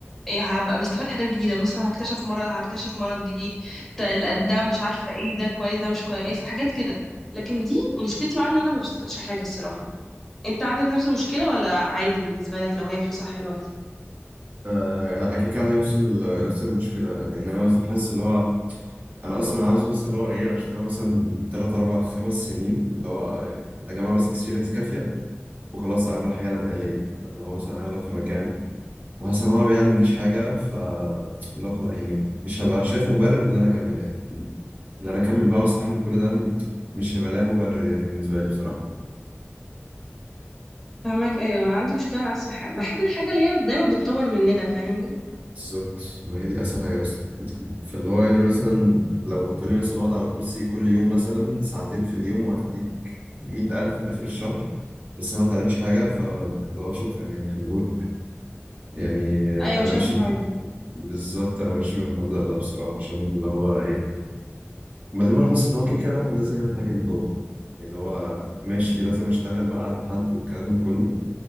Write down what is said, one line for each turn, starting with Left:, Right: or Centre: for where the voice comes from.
Centre: إيه هبقى بستفاد حاجات جديدة مثلا هكتشف مرض هكتشف مرض جديد ده
Right: صح؟
Centre: ده مش عارفة ايه ده كويس ده مش كويس حاجات كده لكن دي مشكلتي معاها ان انا ما بستفادش حاجة الصراحة انت عندك نفس المشكلة ولا عادي بالنسبة لك لو هي فلوسها حلوة
Right: آه لا، انا كده كده عندي نفس ال- نفس المشكلة لان انا مثلا حاسس اللي هو انا اصلا عاوز مثلا اللي هو ايه اشتغل مثلا تلات اربع خمس سنين اللي هو اجمع بس اكسبيرينس كافية وخلاص اعمل حاجة اللي انا ليا اللي هو مثلا انا لو في مكان وحاسس ان هو ما بيعلمنيش حاجه ف اللي هو خلاص يعني مش هبقى شايف مبرر ان انا اكمل يعني ان انا اكمل بقى واستحمل كل ده م- مش هيبقى لها مبرر يعني بالنسبه لي بصراحه
Centre: فاهمك ايوه أنا عندي مشكلة نفس الحاجة بحب الحاجة اللي هي دايما بتطور مننا فاهمني
Right: بالظبط ما هي دي اسهل حاجه اصلا فاللي هو يعني مثلا لو هتقولي مثلا اقعد على كرسي كل يوم مثلا ساعتين في اليوم وهديك 100000 اخر الشهر بس انا ما بتعلمش حاجه فاللي هو شكرا يعني خليهولك يعني انا
Centre: ايوه مش
Right: ماشي
Centre: عايزة حاجة
Right: بالظبط انا ماشي بالمبدأ ده بصراحه عشان اللي هو إيه، بعدين بقى حاسس ان هو كده كده الواحد لازم يعمل حاجه ليه هو يعني اللي هو ماشي لازم اشتغل بقى عند حد والكلام ده كله